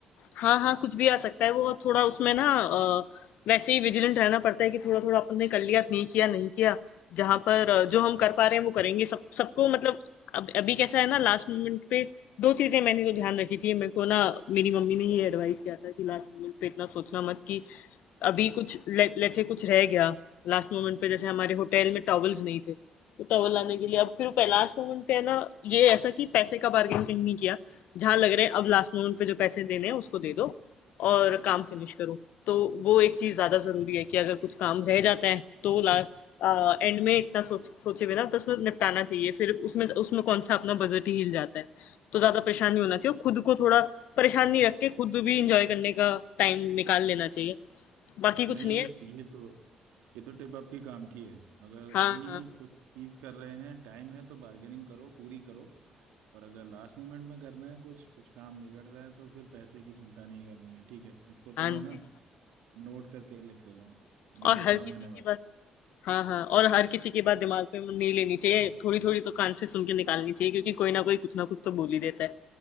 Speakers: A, on the left (about 65°); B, on the right (about 70°).
A: हाँ, हाँ, कुछ भी आ सकता है वो थोड़ा उसमें ना अ, वैसे ही विजिलेंट रहना पड़ता है कि थोड़ा थोड़ा अपन ने कर लिया नहीं किया नहीं किया जहां पर अ, जो हम कर पा रहे हैं वो करेंगे सब सबको मतलब अब अभी कैसा है ना लास्ट मोमेंट पे दो चीजें मैंने तो ध्यान रखी थी मेरे को ना मेरी मम्मी ने ये एडवाइस किया था कि लास्ट मोमेंट पे इतना सोचना मत कि अभी कुछ ले, लेट से कुछ रह गया लास्ट मोमेंट पे जैसे हमारे होटल में टॉवल्स नहीं थे तो टॉवल लाने के लिए अब फिर पे लास्ट मोमेंट पे है ना ये ऐसा कि पैसे का बार्गेन कहीं नहीं किया जहां लग रहा है अब लास्ट मोमेंट पे जो पैसे देने हैं उसको दे दो और काम फिनिश करो तो वो एक चीज ज्यादा जरूरी है कि अगर कुछ काम रह जाता है तो ला एंड में इतना सोच सोचे बिना बस में निपटाना चाहिए फिर उसमें उसमें कौन सा अपना बजट ही हिल जाता है तो ज्यादा परेशान नहीं होना चाहिए और खुद को थोड़ा परेशान नहीं रख के खुद भी इंजॉय करने का टाइम निकाल लेना चाहिए बाकी कुछ
B: नहीं
A: नहीं
B: ये
A: है
B: ये तो ये तो टिप आपकी काम की है अगर
A: हाँ
B: अभी
A: हाँ हाँ
B: कुछ चीज कर रहे हैं टाइम है तो बार्गेनिंग करो पूरी करो और अगर लास्ट मोमेंट में करना है कुछ कुछ काम बिगड़ रहा है तो फिर पैसे की चिंता नहीं करनी है ठीक है इसको तो
A: हाँ
B: मैं ना
A: जी
B: नोट करके लिख ले रहा हूँ तो
A: और
B: मेरे
A: हर
B: काम
A: किसी
B: आने
A: की
B: वाला
A: बात हाँ, हाँ और हर किसी की बात दिमाग में नहीं लेनी चाहिए थोड़ी थोड़ी तो कान से सुन के निकालनी चाहिए क्योंकि कोई ना कोई कुछ ना कुछ तो बोल ही देता है